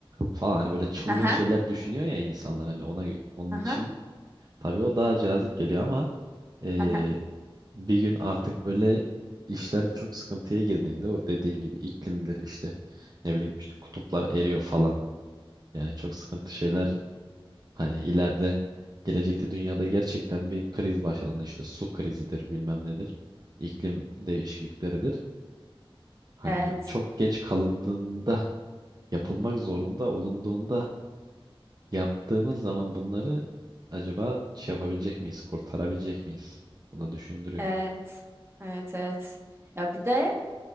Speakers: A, on the right (about 45°); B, on the right (about 25°).
A: falan hani böyle çılgın
B: Aha.
A: şeyler düşünüyor ya insanlar hani ona gö- onun
B: Aha.
A: için tabii o daha cazip geliyor ama e,
B: Aha.
A: bir gün artık böyle işler çok sıkıntıya girdiğinde o dediğin gibi iklimdir işte ne bileyim işte kutuplar eriyor falan yani çok sıkıntı şeyler Hani ileride gelecekte dünyada gerçekten bir kriz başladığında işte su krizidir bilmem nedir. iklim değişiklikleridir. Hani
B: Evet.
A: çok geç kalındığında yapılmak zorunda olunduğunda yaptığımız zaman bunları acaba şey yapabilecek miyiz? Kurtarabilecek miyiz? Bunu düşündürüyor.
B: Evet. Evet. Evet. Ya bir de